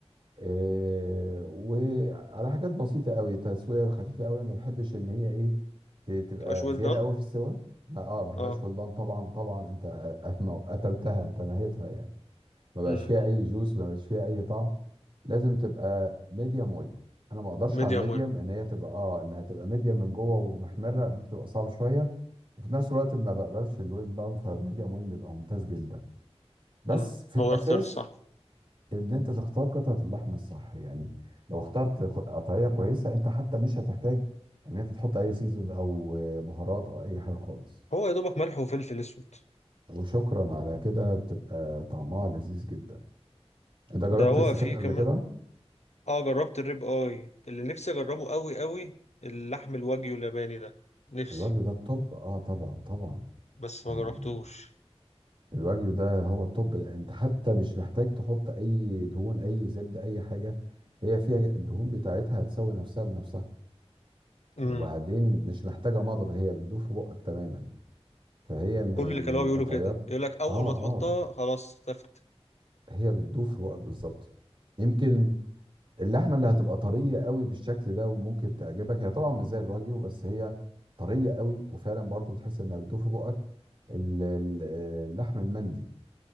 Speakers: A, on the right (about 50°); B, on the left (about 85°).
A: إيه، وعلى حاجات بسيطه قوي تسويه خفيفه قوي انا ما بحبش ان هي ايه ت- تبقى
B: تبقاش ويل
A: زياده
B: دان
A: قوي في السوى ما اه ما بحبهاش
B: اه
A: ولدان طبعا طبعا انت آه، <laughs> ما قتلتها انت نهيتها يعني ما بقاش
B: امم
A: فيها اي جوس ما بقاش فيها اي طعم لازم تبقى ميديم ويل انا ما اقدرش
B: ميديوم
A: على الميديم
B: ويل
A: ان هي تبقى اه انها تبقى ميديم من جوه ومحمره دي بتبقى صعبه شويه وفي نفس الوقت ما بقبلش الويل دان فميديم ويل بيبقى ممتاز جدا بس
B: امم
A: في
B: هو
A: الاساس
B: الاختيار الصح
A: ان انت تختار قطعه اللحم الصح يعني لو اخترت ق- قطعيه كويسه انت حتى مش هتحتاج ان انت تحط اي سيزون او بهارات او اي حاجه خالص
B: هو يا دوبك ملح وفلفل اسود
A: وشكرا على كده بتبقى طعمها لذيذ جدا انت جربت
B: ده هو
A: السكات
B: فيه
A: قبل
B: كمان
A: كده
B: اه جربت الريب اي اللي نفسي اجربه قوي قوي اللحم الواجيو الياباني ده نفسي
A: الوجه ده الطب اه طبعا طبعا
B: بس ما
A: آه،
B: جربتوش
A: الوجه ده هو الطب لأن انت حتى مش محتاج تحط اي دهون اي زبده اي حاجه هي فيها الدهون بتاعتها هتسوي نفسها بنفسها
B: امم
A: وبعدين مش محتاجه مضغ هي بتدوب في بقك تماما فهي من
B: كل اللي
A: من
B: كانوا بيقولوا
A: القطعيات
B: كده يقول لك اول
A: اه
B: ما
A: اه
B: تحطها خلاص اختفت
A: هي بتدوب في بقك بالظبط يمكن اللحمه اللي هتبقى طريه قوي بالشكل ده وممكن تعجبك هي طبعا مش زي الواجيو بس هي طريه قوي وفعلا برضو بتحس انها بتدوب في بقك ال- ال- اللحم المندي